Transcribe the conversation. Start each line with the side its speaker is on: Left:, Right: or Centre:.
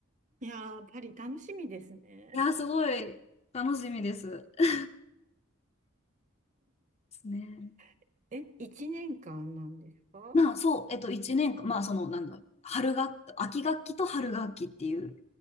Right: いやー、パリ楽しみですね。
Left: いやー、すごい楽しみです。ですね。
Right: <laughs> え、1年間なんですか
Left: まあ、そう、えっと、1年間、まあ、その、なんだ、春学、秋学期と春学期っていう、